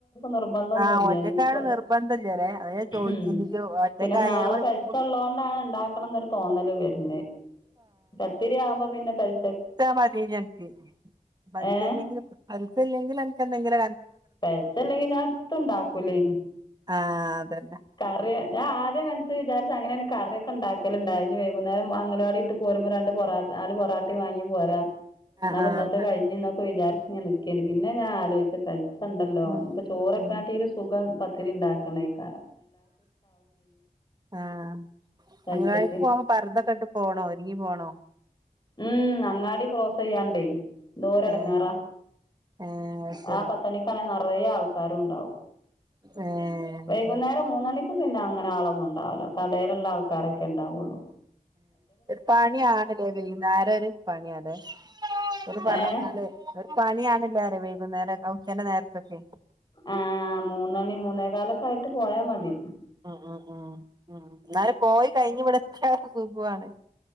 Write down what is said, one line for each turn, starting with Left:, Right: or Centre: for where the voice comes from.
Left: നിർബന്ധമില്ല
Right: ആഹ് ഒറ്റക്കാവണ
Left: പോ
Right: നിർബന്ധല്ലല്ലേ അതാ ഞാൻ ചോദിച്ചെ
Left: ഉം.
Right: ഇജ്ജ് ഒറ്റക്കായോണ്ട്
Left: പിന്നെ നാളെ കഴിച്ചുള്ള.
Right: ഇപ്പൊ
Left: കൊണ്ടാ ഉണ്ടാക്കണമെന്നാരു തോന്നൽ വരുന്നത്. പത്തിരി ആവുമ്പോ പിന്നെ പരി
Right: മതിനിക്ക് പലിസ
Left: ഏഹ്
Right: ഇല്ലെങ്കിലും പലിസ ഇല്ലെങ്കിൽ അനക്ക്എന്തെങ്കില
Left: പ ഞാൻ ഒട്ടും ഉണ്ടാക്കൂല ഇനി
Right: ആഹ് അതന്നെ
Left: കറിയ ഞാൻ ആദ്യ മനസ്സിൽ വിചാരിച്ച് അങ്ങനെ കറിയക്കെ ഉണ്ടാക്കലുണ്ടായി വൈകുന്നേം അംഗനവാടി ഇട്ട് പോരുമ്പാ രണ്ട് പൊറോട്ട നാല് പൊറാട്ടേ വാങ്ങി പോരാ. എന്നാ
Right: ആഹ് ആഹ്
Left: ഇന്നത്തെ
Right: അങ്ങ
Left: കഴിഞ്ഞഞ് എന്നൊക്കെ വിചാരിച്ച് നിക്കേന്ന് പിന്നെ ഞാൻ ആലോചിച്ച്. ഉണ്ടല്ലോ,
Right: ഉം
Left: ഇനിപ്പ ചോറൊക്കെ
Right: ഉം
Left: ആട്ടില് ഒരു സുഖം പത്തിരി ഉണ്ടാക്കണെക്ക.
Right: ആ.
Left: പെലച്ചക്ക്
Right: തിങ്കളാഴ്ച്ച പോകുമ്പോ പറതൊക്കെട്ട് പോണോ ഒരുങ്ങി പോണോ.
Left: ഉം അങ്ങാടി ക്രോസ് ചെയ്യാണ്ടേ എന്തോര് ഇടങ്ങാറാ.
Right: ഏഹ് ഏഹ് അത് ശരി
Left: ആ പത്തണിക്കാണെ നിറയെ ആൾക്കാരും ഉണ്ടാവും.
Right: ഏഹ് അത്
Left: വൈകുന്നേരം
Right: ശരി
Left: മൂന്നണിക്ക് പിന്നെ അങ്ങനെ ആളൊന്നും ഉണ്ടാവില്ല. കടയിലുള്ള ആൾക്കാരൊക്കെ ഉണ്ടാവുള്ളൂ.
Right: പണിയാണല്ലേ വൈകുന്നേരം ഒരു പണിയാല്ലെ ഓല് പറഞ്ഞേക്കുന്നത്
Left: ഏ
Right: ഒരു പണിയാണല്ലര വൈകുന്നേരം ഉച്ച നേരത്തൊക്കെ
Left: ആഹ മൂന്നണി മൂന്നേ കാലൊക്കെ ആയിട്ട് പോയാ മതി
Right: ഉ ഉം ഉം ഉ എന്നാല പോയി കഴിഞ്ഞു വിടത്ത സുഖാണ്